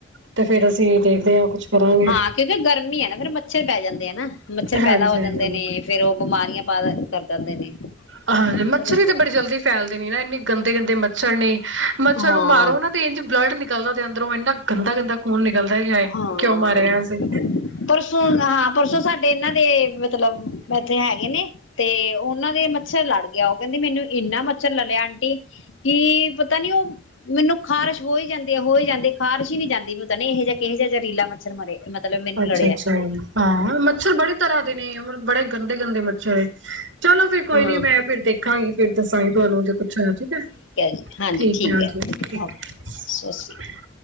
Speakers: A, on the right; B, on the left.
A: ਤੇ ਫੇਰ ਅਸੀਂ ਦੇਖਦੇ ਹਾਂ ਕੁਛ ਕਰਾਂਗੇ
B: ਹਾਂ ਕਿਉਂਕਿ ਗਰਮੀ ਹੈ ਨਾ ਫੇਿਰ ਮੱਛਰ ਪੈ ਜਾਂਦੇ ਆ ਨਾ ਮੱਛਰ ਪੈਦਾ
A: ਹਾਂਜੀ
B: ਹੋ
A: ਹਾਂਜੀ
B: ਜਾਂਦੇ ਨੇ ਫੇਿਰ ਉਹ ਬਿਮਾਰੀਆਂ ਪਦਾ ਕਰ ਜਾਂਦੇ ਨੇ
A: ਹਾਂਜੀ ਮੱਛਲੀ
B: ਚਲੋ
A: ਤੇ ਬੜੀ ਜਲਦੀ ਫੈਲਦੇ ਨੇ ਨਾ ਇੰਨੀ ਗੰਦੇ ਗੰਦੇ ਮੱਛਰ ਨੇ ਮੱਛਰ
B: ਹਾਂ
A: ਨੂੰ ਮਾਰੋ ਨਾ ਤੇ ਇੰਝ ਬਲੱਡ ਨਿਕਲਦਾ ਉਹਦੇ ਅੰਦਰੋਂ ਇੰਨਾ ਗੰਦਾ ਗੰਦਾ ਖੂਨ ਨਿਕਲਦਾ ਹੀ
B: ਹਾਂ
A: ਕਿਉਂ ਮਾਰਿਆ ਹ ਅਸੀਂ
B: ਪਰਸੋਂ ਹਾਂ ਪਰਸੋਂ ਸਾਡੇ ਇਹਨਾਂ ਦੇ ਮਤਲਬ ਇੈਥੇ ਹੈਗੇ ਨੇ ਤੇ ਉਹਨਾਂ ਦੇ ਮੱਛਰ ਲੜ ਗਿਆ ਉਹ ਕਹਿੰਦੀ ਮੈਨੂੰ ਇੰਨਾ ਮੱਛਰ ਲੜਿਆ ਆਂਟੀ ਕੀ ਪਤਾ ਨੀ ਉਹ ਮੈਨੂੰ ਖ਼ਾਰਸ਼ ਹੋ ਹੀ ਜਾਂਦੇ ਹੋਈ ਜਾਂਦੇ ਖ਼ਾਰਸ਼ ਨਹੀਂੀ ਜਾਂਦੀ ਮੈੂੰ ਤਾਂ ਨਹੀਂ ਇਹ ਜਹਾੋ ਜਿਹਾ ਰੀਲਾ ਮੱਛਰ ਮਰੇ ਮਤਲਬ ਮੈਨੂੰ
A: ਅੱਛਾ
B: ਲੜਿਆ
A: ਅੱਛਾ ਹਾਂ ਮੱਛਰ ਬੜੇ ਤਰ੍ਹਾਂ ਦੇ ਨੇਬ ਬੜੇ ਗੰਦੇ ਗੰਦੇ ਬਛਾ ਚਲੋ ਫਰ ਕੋਈ
B: ਹੂੰ,
A: ਨੀ ਮੈਂ ਫਿਰ ਦੇਖਾਂਗੀ ਫਿਰ ਦੱਸਾਂਗੀ ਤੁਹਾਨੂੰ ਜੇ ਕੁਛ ਠੀਕ ਹੈ
B: ਜੀ, ਹਾਂਜੀ
A: ਠੀਕ ਹੈ ਹਜੀ
B: ਓਕੇ
A: ਠੀਕ
B: ਸਤਿ ਸ਼੍ਰੀ ਅਕਾਲ।